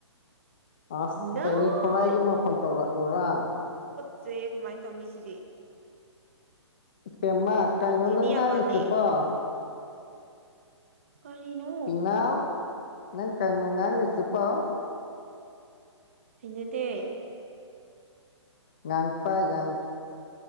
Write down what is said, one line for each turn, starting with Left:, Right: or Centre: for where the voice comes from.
Left: ꯑꯁ
Right: ꯅꯣꯏ
Left: ꯗꯥꯩꯅꯤ ꯈꯨꯔꯥꯏꯒꯤ ꯃꯈꯣꯟ ꯇꯧꯔꯛꯎꯔꯥ
Right: ꯠ ꯆꯦ ꯀꯃꯥꯏꯅ ꯇꯧꯅꯤ ꯁꯤꯗꯤ
Left: ꯄꯦꯃ ꯀꯥꯏꯅꯣ
Right: ꯖꯦꯅꯤ
Left: ꯅꯪꯉꯅꯤꯁꯦ
Right: ꯌꯥꯝ ꯃꯥꯜꯂꯦ
Left: ꯄ
Right: ꯀꯔꯤꯅꯣ
Left: ꯄꯤꯅꯥꯎ ꯅꯪ ꯀꯩꯅꯩꯅꯅꯨꯡ ꯉꯥꯡ ꯉꯩꯁꯤ ꯄ
Right: ꯊꯅꯗꯦ
Left: ꯉꯪꯄꯥ ꯉꯪ